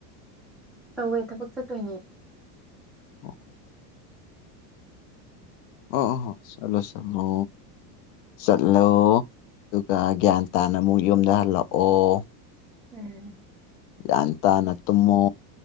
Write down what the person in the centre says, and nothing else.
ꯇꯧꯋꯦ ꯊꯕꯛ ꯆꯠꯇꯣꯏꯅꯦ
ꯎꯝ